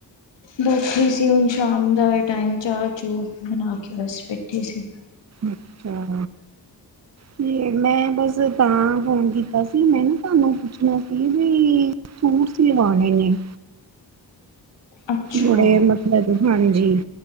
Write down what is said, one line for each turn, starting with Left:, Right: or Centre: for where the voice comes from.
Left: ਬੈਠੀ ਸੀ, ਹੁਣ ਸ਼ਾਮ ਦਾ ਟਾਈਮ ਚਾਹ ਚੂ ਬਣਾ ਕੇ ਬਸ ਬੈਠੇ ਸੀ।
Right: ਅੱਛਾ। ਤੇ ਮੈਂ ਬਸ ਤਾਂ ਫ਼ੋਨ ਕੀਤਾ ਸੀ ਮੈਨੂੰ ਤੁਹਾਨੂੰ ਪੁੱਛਣਾ ਸੀ ਵੀ ਸੂਟ ਸੀਲਵਾਣੇ ਨੇ
Left: ਅੱਛਾ
Right: ਹੁਣੇ ਮਤਲਬ ਹਾਂਜੀ।